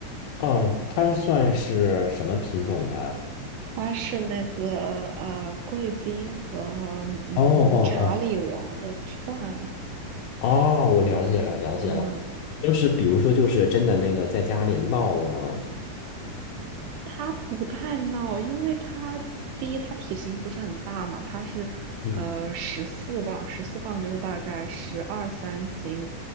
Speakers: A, on the left (about 80°); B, on the right (about 80°).
A: 哦，它算是什么品种的？
B: 它是那个呃贵宾和嗯查理王的串，
A: 哦哦哦哦，我了解了了解了，
B: 嗯，
A: 就是比如说就是真的那个在家里闹吗？
B: 它不太闹，因为它第一它体型不是很大嘛，它是呃十四磅，
A: 嗯
B: 十四磅就是大概十二三斤